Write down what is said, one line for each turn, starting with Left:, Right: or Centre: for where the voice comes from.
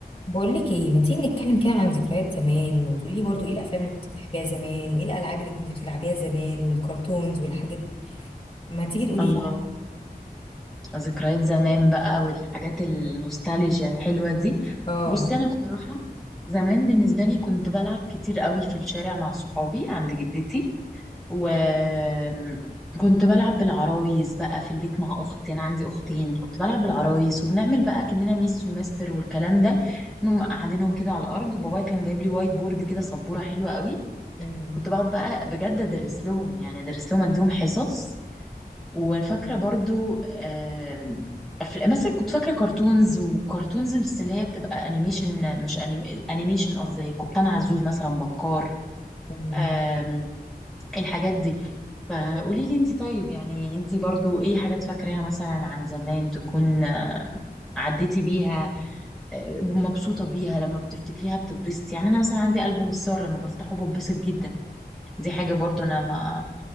Left: بقول لك ايه ما تيجي نتكلم كده عن ذكريات زمان وتقولي لي برضو ايه الافلام اللي كنت بتحبيها زمان وايه الالعاب اللي كنت بتلعبيها زمان والكرتونز والحاجات دي ما تيجي تقولي
Centre: الله
Left: لي.
Centre: ذكريات زمان بقى والحاجات النوستالجيا الحلوة دي
Left: اه
Centre: بصي أنا بصراحة زمان بالنسبة لي كنت بلعب كتير قوي في الشارع مع صحابي عند جدتي وكنت بلعب بالعرايس بقى في البيت مع أختي أنا عندي أختين كنت بلعب بالعرايس وبنعمل بقى كأننا ميس ومستر والكلام ده نقوم قاعدينهم كده على الأرض وبابايا كان جايب لي وايت بورد كده سبورة حلوة قوي
Left: مم،
Centre: كنت بقعد بقى بجد أدرس لهم يعني أدرس لهم أديهم حصص وفاكرة برضو آم، أفل- مثلا كنت فاكرة كرتونز وكرتونز بس اللي هي بتبقى انيميشن مش أنيم... انيميشن قصدي كابتن عزوز مثلا بكار
Left: مم،
Centre: آم، الحاجات دي فقولي لي انت طيب يعني انت برضو ايه حاجات فاكراها مثلا عن زمان تكون عديتي بيها آه، مبسوطة بيها لما بتفتكريها بتتبسطي يعني انا مثلا عندي ألبوم الصور لما بفتحه بتبسط جدا دي حاجة برضو انا ما